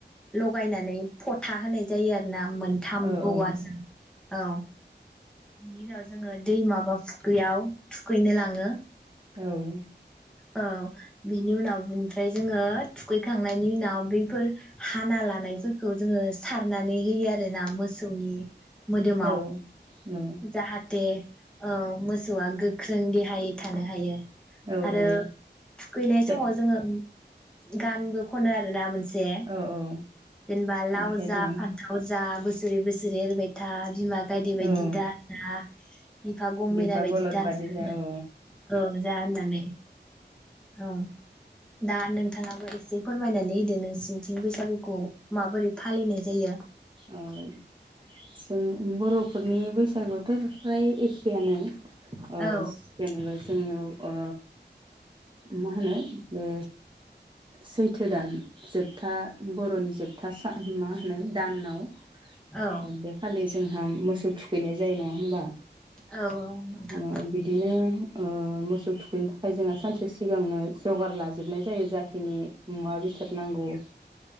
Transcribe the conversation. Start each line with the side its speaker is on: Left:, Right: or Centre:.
Centre: लगायनानै फथ था होनाय जायो आरोना। मोनथाम
Right: औ
Centre: औवा
Right: औ
Centre: जों। औ <unintelligible> जोङो दैमा बा फुख्रियाव थुखैनो लाङो।
Right: औ।
Centre: औ बिनि उनाव बिनिफ्राय जोङो थुखैखांनायनि उनाव बेफोर हाना लानायफोरखौ जोङो सारनानै होयो आरो ना मोसौनि मोदोमाव
Right: औ
Centre: जाहा दे औ मोसौआ गोख्रों देहायै थानो हायो।
Right: औ
Centre: आरो
Right: औ
Centre: थुखैनाय
Right: बे
Centre: समाव जोङो गानबो खनो आरो ना मोनसे से
Right: औ औ
Centre: जेनबा लाव
Right: मेथाइ
Centre: जा
Right: दं
Centre: फान्थाव जा बोसोरे बो सेरे एरबाय था बिमा गायदे बायदि
Right: औ
Centre: दाजा बिफा गं मेनि
Right: बिफा
Centre: बायदि
Right: बलद
Centre: दाजा
Right: बादि जा औ
Centre: औ जा होननानै। अ दानों नोंथाङाबो एसे फोरमायनानै होदो नों सिंथिं बैसागुखौ माबोरै? फालिनाय जायो
Right: उम जों बर'फोरनि बैसागुआथ' फ्राय एसेआानो। ओ
Centre: औ
Right: जेनेबा जोंनियाव ओ मा होनो बे सैथो दान जोबथा बर'नि जोबथा सान। मा होनो दानाव?
Centre: औ
Right: अ बे खालि जों हम मोसौ थुखैनाय जायो नङा होमबा।
Centre: औ नोंथां
Right: ओ बिदिनो ओ मोसौ थुखैनो थाखाय जोङो सानसे सिगांनो जगार लाजोबनाय जायो जाखिनि मुवा बेसाद नांगौ।